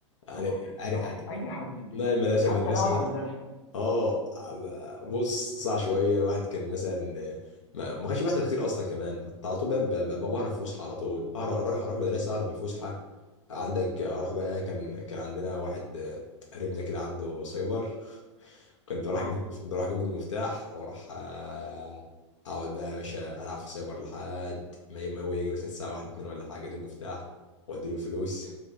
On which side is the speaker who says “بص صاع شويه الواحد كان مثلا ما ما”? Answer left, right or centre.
Left